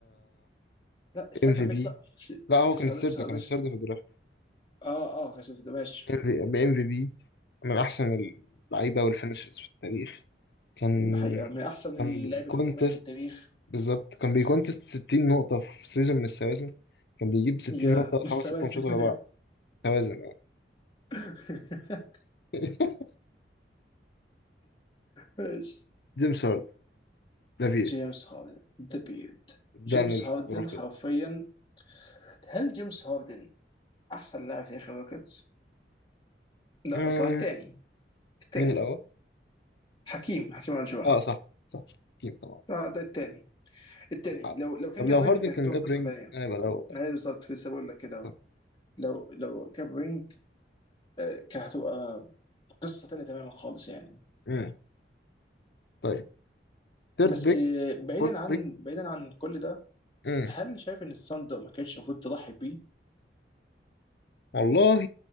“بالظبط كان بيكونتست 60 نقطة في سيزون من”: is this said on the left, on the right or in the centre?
Left